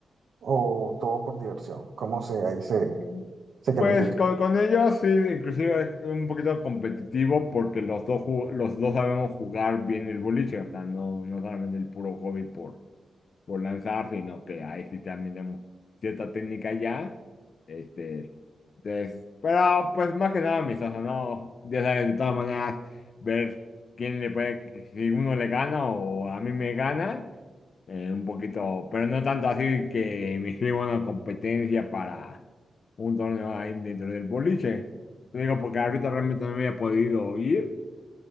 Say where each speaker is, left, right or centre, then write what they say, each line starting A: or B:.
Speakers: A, on the right; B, on the left.
A: o todo por diversión? ¿Cómo se, ahí se,
B: Mm.
A: se califica?
B: Pues con, con ellos sí, inclusive es un poquito competitivo porque los dos, ju- los dos sabemos jugar bien el boliche, o sea, no, no solamente el puro hobby por por lanzar, sino que ahí sí también tenemos cierta técnica ya. Este, entonces, pero pues más que nada amistoso, ¿no? Ya sabes, de todas maneras, ver quién le puede, si uno le gana o a mí me ganan, eh, un poquito, pero no tanto así que me inscribo a una competencia para un torneo ahí dentro del boliche. Te digo, porque ahorita realmente no me había podido ir.